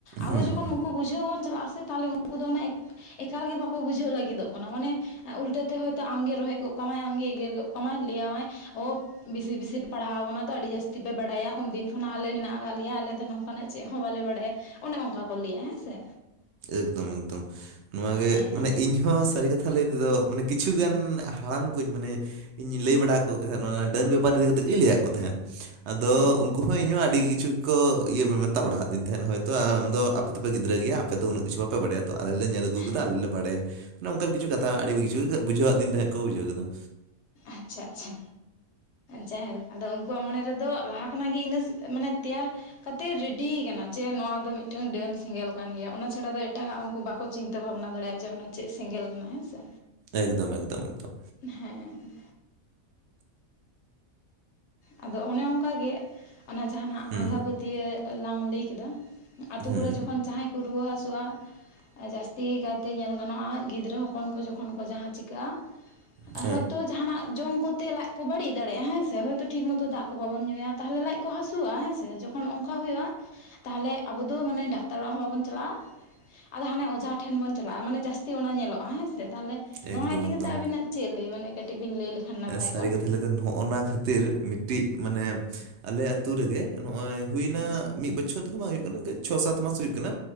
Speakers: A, on the left; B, on the right.
A: ᱟᱵᱚ
B: ᱦᱩᱸ
A: ᱡᱚᱠᱷᱚᱱ
B: ᱦᱩᱸ
A: ᱩᱱᱠᱩ ᱵᱩᱡᱷᱟᱹᱣ ᱵᱚᱱ ᱪᱟᱞᱟᱜᱼᱟ ᱥᱮ ᱛᱟᱦᱚᱞᱮ ᱩᱱᱠᱩ ᱫᱚ <unintelligible> ᱮᱠᱟᱞ ᱜᱮ ᱵᱟᱠᱚ ᱵᱩᱡᱷᱟᱹᱣ ᱞᱟᱹᱜᱤᱫᱚᱜ ᱠᱟᱱᱟ ᱢᱟᱱᱮ ᱩᱞᱴᱟᱹᱛᱮ ᱦᱚᱭᱛᱳ ᱟᱢᱜᱮ ᱨᱚᱦᱮᱫ ᱜᱚᱫ ᱠᱟᱢᱟᱭ ᱟᱢᱜᱮ ᱮᱜᱮᱨ ᱜᱚᱜ ᱠᱟᱢᱟᱭ ᱞᱟᱹᱭᱟᱢᱟᱭ ᱚᱼᱼ ᱵᱤᱥᱤ ᱵᱤᱥᱤ ᱯᱮ ᱯᱟᱲᱦᱟᱣ ᱟᱠᱟᱱᱟ ᱛᱚ ᱟᱹᱰᱤ ᱡᱟᱹᱥᱛᱤ ᱯᱮ ᱵᱟᱲᱟᱭᱟ ᱩᱱᱫᱤᱱ ᱠᱷᱚᱱᱟᱜ ᱟᱞᱮ ᱢᱮᱱᱟᱜ ᱟᱠᱟᱫ ᱞᱮᱭᱟ ᱟᱞᱮ ᱫᱚ ᱱᱚᱝᱼᱼ ᱱᱟᱜ ᱪᱮᱫ ᱦᱚᱸ ᱵᱟᱞᱮ ᱵᱟᱲᱟᱭᱟ ᱚᱱᱮ ᱚᱱᱠᱟ ᱠᱚ ᱞᱟᱹᱭᱟ ᱦᱮᱸ ᱥᱮ
B: ᱮᱠᱫᱚᱢ ᱮᱠᱫᱚᱢ ᱱᱚᱣᱟ
A: ᱦᱮᱸ
B: ᱜᱮ ᱢᱟᱱᱮ ᱤᱧ ᱤᱧᱦᱚᱸ ᱥᱟᱹᱨᱤ ᱠᱟᱛᱷᱟ ᱞᱟᱹᱭ ᱛᱮᱫᱚ ᱢᱟᱱᱮ ᱠᱤᱪᱷᱩᱜᱟᱱ ᱦᱟᱲᱟᱢ ᱠᱩᱧ ᱢᱟᱱᱮ ᱤᱧ ᱞᱟᱹᱭ ᱵᱟᱲᱟ ᱠᱚ ᱛᱟᱦᱮᱸᱫ ᱚᱱᱟ ᱰᱟᱹᱱ ᱵᱮᱯᱟᱨ ᱤᱫᱤ ᱠᱟᱛᱮᱜ ᱜᱤᱧ ᱞᱟᱹᱭᱟᱠᱚ ᱛᱟᱦᱮᱸᱫ ᱟᱫᱚ
A: ᱦᱮᱸ
B: ᱩᱱᱠᱩ ᱦᱚᱸ ᱤᱧᱦᱚᱸ ᱟᱹᱰᱤ ᱠᱤᱪᱷᱩ <unintelligible> ᱤᱭᱟᱹ ᱢᱮᱛᱟᱫ ᱵᱟᱲᱟᱫᱤᱧ ᱛᱟᱦᱮᱸ ᱦᱚᱭ ᱛᱚ ᱟᱢ ᱫᱚ ᱟᱯᱮ ᱫᱚᱯᱮ ᱜᱤᱫᱽᱨᱟᱹ ᱜᱮᱭᱟ ᱟᱯᱮ ᱫᱚ ᱩᱱᱟᱹᱜ ᱠᱤᱪᱷᱩ ᱵᱟᱯᱮ ᱵᱟᱰᱟᱭᱟ ᱛᱚ ᱟᱞᱮ ᱧᱮᱞ ᱟᱹᱜᱩ
A: ᱦᱮᱸ
B: ᱟᱠᱟᱫᱟ ᱟᱞᱮ ᱞᱮ ᱵᱟᱲᱟᱭᱟ ᱱᱚᱝᱠᱟᱱ ᱠᱤᱪᱷᱩ ᱠᱟᱛᱷᱟ ᱟᱹᱰᱤ ᱠᱤᱪᱷᱩ ᱵᱩᱡᱷᱟᱹᱣᱟᱹᱫᱤᱧ ᱛᱟᱦᱮᱸᱫ ᱠᱚ ᱵᱩᱡᱷᱟᱹᱣ ᱠᱮᱫᱟᱢ
A: ᱟᱪᱪᱷᱟ ᱟᱪᱪᱷᱟ ᱡᱟᱭ ᱷᱳᱠ ᱟᱫᱚ ᱩᱱᱠᱩᱣᱟᱜ ᱢᱚᱱᱮ ᱨᱮᱫᱚ ᱞᱟᱦᱟ ᱠᱷᱚᱱᱟᱜ ᱜᱮ ᱤᱱᱟᱹ ᱢᱟᱱᱮ ᱛᱮᱭᱟᱨ ᱠᱟᱛᱮᱫ ᱨᱮᱰᱤᱭ ᱠᱟᱱᱟ ᱡᱮ ᱱᱚᱣᱟ ᱫᱚ ᱢᱤᱫᱴᱟᱹᱝ ᱰᱟᱹᱱ ᱥᱮᱸᱜᱮᱞ ᱠᱟᱱ ᱜᱮᱭᱟ ᱚᱱᱟ ᱪᱷᱟᱲᱟ ᱫᱚ ᱮᱴᱟᱜᱟᱜ ᱩᱱᱠᱩ ᱵᱟᱼᱼ ᱠᱚ ᱪᱤᱱᱛᱟᱹ ᱵᱷᱟᱵᱽᱱᱟ ᱫᱮᱲᱭᱟᱜᱼᱟ ᱡᱮ ᱚᱱᱟ ᱪᱮᱫ ᱥᱮᱸᱜᱮᱞ ᱠᱟᱱᱟ ᱦᱮᱸ ᱥᱮ
B: ᱮᱠᱫᱚᱢ ᱮᱠᱫᱚᱢ ᱮᱠᱫᱚᱢ
A: ᱦᱮᱸ ᱟᱫᱚ ᱚᱱᱮ ᱚᱱᱠᱟᱜᱮ ᱚᱱᱟ ᱡᱟᱦᱟᱱᱟᱜ
B: ᱦᱩᱸ
A: ᱟᱸᱫᱷᱟ ᱯᱟᱹᱛᱭᱟᱹᱣ ᱞᱟᱝ ᱞᱟᱹᱭ ᱠᱮᱫᱟ ᱟᱹᱛᱳ
B: ᱦᱩᱸ
A: ᱠᱚᱨᱮ ᱡᱚᱠᱷᱚᱱ ᱡᱟᱦᱟᱸᱭ ᱠᱚ ᱨᱩᱣᱟᱹ ᱦᱟᱹᱥᱩᱜᱼᱟ ᱡᱟᱹᱥᱛᱤ ᱠᱟᱭᱛᱮ ᱧᱮᱞ ᱜᱟᱱᱚᱜᱼᱟ ᱜᱤᱫᱽᱨᱟᱹ ᱦᱚᱯᱚᱱ ᱠᱚ ᱡᱚᱠᱷᱚᱱ ᱠᱚ ᱡᱟᱦᱟᱸ ᱪᱮᱼᱼ ᱪᱤᱠᱟᱹᱜᱼᱟ
B: ᱦᱮᱸ ᱦᱚᱭᱛᱳ ᱡᱟᱦᱟᱱᱟᱜ ᱡᱚᱢ ᱠᱚᱛᱮ ᱞᱟᱡ ᱠᱚ ᱵᱟᱹᱲᱤᱡ ᱫᱟᱲᱮᱭᱟᱜᱼᱟ ᱦᱮᱸ ᱥᱮ ᱡᱩᱫᱤ ᱴᱷᱤᱠ ᱢᱚᱛᱚ ᱫᱟᱜ ᱠᱚ ᱵᱟᱵᱚᱱ ᱧᱩᱭᱟ ᱛᱟᱦᱚᱞᱮ ᱞᱟᱡ ᱠᱚ ᱦᱟᱹᱥᱩᱜᱼᱟ ᱦᱮᱸ ᱥᱮ ᱚᱱᱠᱟ
A: ᱦᱳᱭᱛᱳ ᱡᱟᱦᱟᱱᱟᱜ ᱡᱚᱢ ᱠᱚᱛᱮ ᱞᱟᱡ ᱠᱚ ᱵᱟᱹᱲᱤᱡ ᱫᱟᱲᱮᱭᱟᱜᱼᱟ ᱦᱮᱸᱥᱮ ᱴᱷᱤᱠ ᱢᱚᱛᱚ ᱫᱟᱜ ᱠᱚ ᱵᱟᱵᱚᱱ ᱧᱩᱭᱟ ᱛᱟᱦᱞᱮ ᱞᱟᱡ ᱠᱚ ᱦᱟᱹᱥᱩᱜᱼᱟ ᱦᱮᱸᱥᱮ ᱡᱚᱠᱷᱚᱱ ᱚᱱᱠᱟ ᱦᱩᱭᱩᱜᱼᱟ ᱛᱟᱦᱚᱞᱮ ᱟᱵᱚ ᱫᱚ ᱢᱟᱱᱮ ᱰᱟᱠᱛᱟᱨ ᱚᱲᱟᱜ ᱦᱚᱸ ᱵᱟᱵᱚᱱ ᱪᱟᱞᱟᱜᱼᱟ ᱟᱫᱚ ᱦᱟᱱᱮ ᱚᱡᱷᱟ ᱴᱷᱮᱱ ᱵᱚᱱ ᱪᱟᱞᱟᱜᱼᱟ ᱢᱟᱱᱮ ᱡᱟᱹᱥᱛᱤ ᱚᱱᱟ ᱧᱮᱞᱚᱜᱼᱟ ᱦᱮᱸ ᱥᱮ ᱛᱟᱦᱚᱞᱮ
B: ᱦᱩᱭᱩᱜᱼᱟ
A: ᱱᱚᱣᱟ
B: ᱮᱠᱫᱚᱢ
A: ᱤᱫᱤ
B: ᱮᱠᱫᱚᱢ
A: ᱠᱟᱛᱮᱜ ᱟᱹᱵᱤᱱᱟᱜ ᱪᱮᱫ ᱞᱟᱹᱭ ᱢᱟᱱᱮ ᱠᱟᱹᱴᱤᱡ ᱵᱤᱱ ᱞᱟᱹᱭ ᱞᱮᱠᱷᱟᱱ ᱱᱟᱯᱟᱭ
B: ᱥᱟᱹᱨᱤ
A: ᱠᱚᱜᱼᱟ
B: ᱠᱟᱛᱷᱟ ᱞᱟᱹᱭ ᱫᱚ ᱱᱚᱜᱼᱱᱟ ᱠᱷᱟᱹᱛᱤᱨ ᱢᱤᱫᱴᱤᱡ ᱢᱟᱱᱮ ᱟᱞᱮ ᱟᱹᱛᱳ ᱨᱮᱜᱮ ᱱᱚᱜᱼᱚᱭ ᱦᱩᱭᱱᱟ
A: ᱟᱪᱪᱷᱟ
B: ᱢᱤᱫ ᱵᱚᱪᱷᱚᱨ ᱫᱚ ᱵᱟᱝ ᱦᱩᱭᱩᱜ ᱠᱟᱱᱟ ᱪᱷᱚ ᱥᱟᱛ ᱢᱟᱥ ᱦᱩᱭᱩᱜ ᱠᱟᱱᱟ